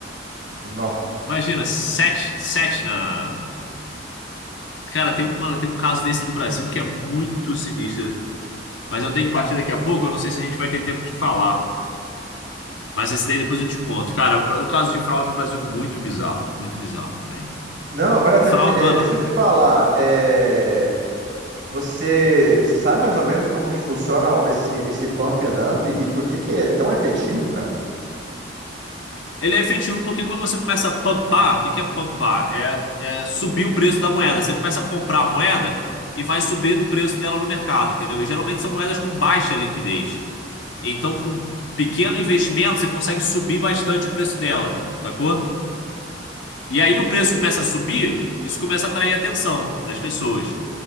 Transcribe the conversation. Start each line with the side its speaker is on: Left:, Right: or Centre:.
Right: Nó.
Left: <laughs> Imagina, sete, sete na. Cara, tem, uma, tem um caso desse do Brasil que é muito sinistro. Mas eu tenho que partir daqui a pouco, eu não sei se a gente vai ter tempo de falar. Mas esse daí depois eu te conto. Cara, é um, pra- um caso de fraude no Brasil muito bizarro. Muito bizarro também.
Right: Não, valeu até
Left: Fraude,
Right: É,
Left: mano,
Right: deixa eu te falar. é, você, você sabe mais ou menos como que funciona esse, esse pump and dump e por que que ele é tão efetivo, cara?
Left: Ele é efetivo porque quando você começa a pampar, o que que é pampar? É, é subir o preço da moeda. Você começa a comprar a moeda e vai subindo o preço dela no mercado, entendeu? E geralmente são moedas com baixa liquidez. Então, com pequeno investimento, você consegue subir bastante o preço dela, sacou? E aí o preço começa a subir, isso começa a atrair a atenção das pessoas.